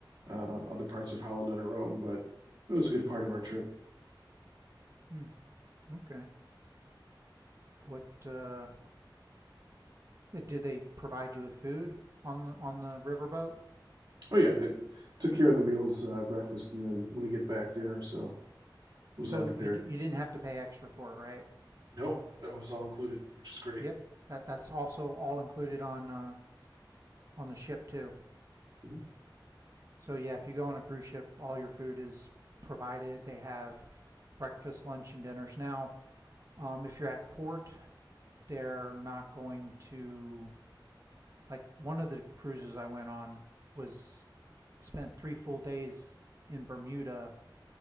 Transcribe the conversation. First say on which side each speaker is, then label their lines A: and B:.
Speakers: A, on the right; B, on the right.
A: uh, other parts of Holland on our own. But it was a good part of our trip.
B: mm, okay. What uh, do they provide you with food on the on the riverboat?
A: Oh yeah, it took care of the meals, uh, breakfast, and then when you get back, dinner. So it was
B: So
A: all prepared.
B: you d- you didn't have to pay extra for it, right?
A: No, no, it was all included, which is great.
B: Yep. That that's also all included on uh, on the ship too.
A: Mhm.
B: So yeah, if you go on a cruise ship, all your food is provided. They have breakfast, lunch, and dinners. Now, um, if you're at port, they're not going to like one of the cruises I went on was spent three full days in Bermuda